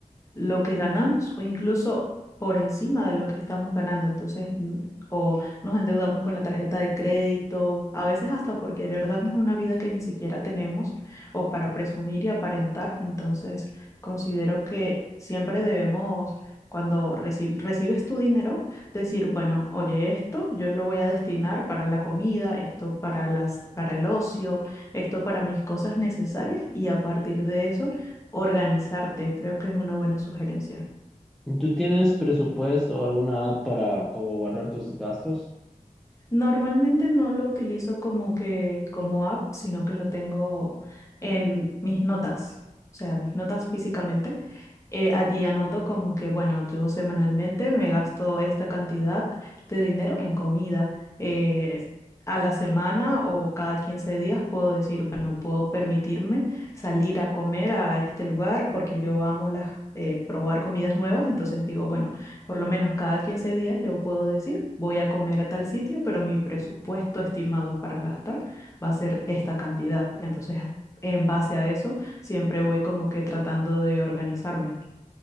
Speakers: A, on the left (about 20°); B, in the centre.
A: lo que ganamos o incluso por encima de lo que estamos ganando. Entonces, n- o nos endeudamos con la tarjeta de crédito, a veces hasta por querer darnos una vida que ni siquiera tenemos o para presumir y aparentar. Entonces, considero que siempre debemos, cuando reci- recibes tu dinero, decir, bueno, oye, esto yo lo voy a destinar para la comida, esto para las, para el ocio, esto para mis cosas necesarias y a partir de eso Organizarte, creo que es una buena sugerencia.
B: ¿Tú tienes presupuesto o alguna app para como guardar tus gastos?
A: Normalmente no lo utilizo como que como app, sino que lo tengo en mis notas, o sea, mis notas físicamente. Eh, allí anoto como que, bueno, yo semanalmente me gasto esta cantidad de dinero en comida. Eh, a la semana o cada 15 días puedo decir, bueno, puedo permitirme salir a comer a este lugar porque yo amo las, eh, probar comidas nuevas. Entonces digo, bueno, Por lo menos cada 15 días yo puedo decir, voy a comer a tal sitio, pero mi presupuesto estimado para gastar va a ser esta cantidad. Entonces, en base a eso, siempre voy como que tratando de organizarme.